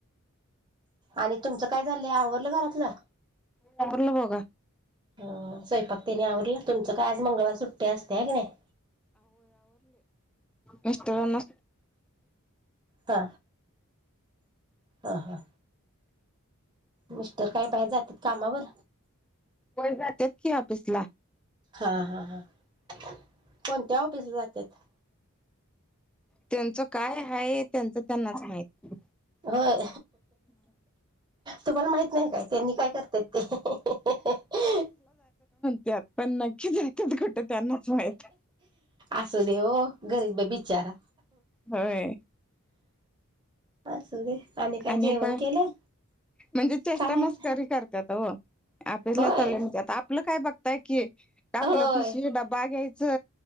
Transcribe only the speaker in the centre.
रला पग
मिस्टराना
व्हय जात्यात की ऑफिस ला
त्यांचं काय आहे त्यांचं त्यांनाच माहित
त्यात पण नक्की जात्यात कुठं त्यांनाच माहित
होय
आणि
काय
म्हणजे चेष्टा
मस्करी करत्यात हो आपिसला
चालोय म्हणत्यात आपलं काय बघताय की आपलं
पिशवी डबा घ्याय च